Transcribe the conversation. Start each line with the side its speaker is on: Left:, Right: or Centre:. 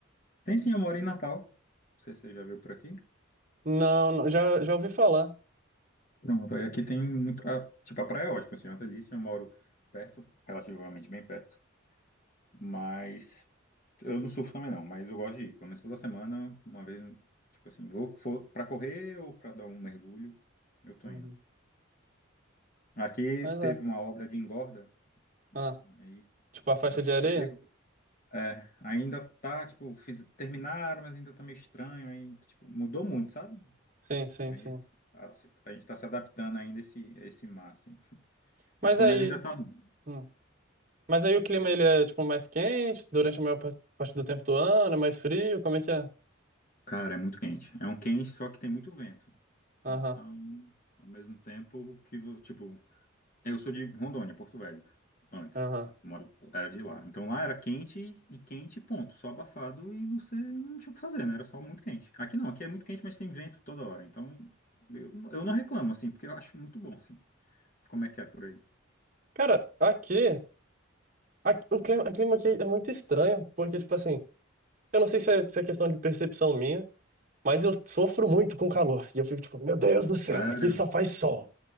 Left: Tem sim, eu moro em Natal. Não sei se você já viu por aqui.
Right: Não, não, já, já ouvi falar.
Left: Pronto, aí aqui tem muito. ah, tipo, a praia é ótima, assim, é uma delícia. Eu moro perto, relativamente bem perto. Mas. Eu não surfo também não, mas eu gosto de ir. Pelo menos toda semana, uma vez, tipo assim, ou for pra correr ou pra dar um mergulho, eu tô
Right: Uhum.
Left: indo. Aqui
Right: Mas é.
Left: teve uma obra de engorda,
Right: Ah,
Left: aí,
Right: tipo a faixa
Left: mas,
Right: de
Left: tipo,
Right: areia?
Left: tudo- é, ainda tá, tipo, fiz- terminaram, mas ainda tá meio estranho, aí, tipo, mudou muito, sabe?
Right: Sim, sim,
Left: Aí
Right: sim.
Left: a, a gente tá se adaptando ainda a esse, a esse mar, assim.
Right: Mas
Left: Mas pelo
Right: aí.
Left: menos ainda tá. muito.
Right: hum. Mas aí o clima
Left: é um-
Right: ele é tipo mais quente durante a maior pa- parte do tempo do ano, é mais frio, como é que é?
Left: Cara, é muito quente. É um quente, só que tem muito vento.
Right: Aham,
Left: Então, ao mesmo tempo que, vo- tipo, Eu sou de Rondônia, Porto Velho, antes.
Right: aham.
Left: Eu mora- Era de lá. Então lá era quente e quente, ponto. Só abafado e você não tinha o que fazer, né? Era só muito quente. Aqui não, aqui é muito quente, mas tem vento toda hora. Então eu, eu não reclamo, assim, porque eu acho muito bom, assim. Como é que é por aí?
Right: Cara, aqui, aqui- o clima, o clima aqui é muito estranho, porque tipo assim, eu não sei se é, se é questão de percepção minha, mas eu sofro muito com calor. E eu fico tipo, meu Deus do céu,
Left: Sério?
Right: aqui só faz sol.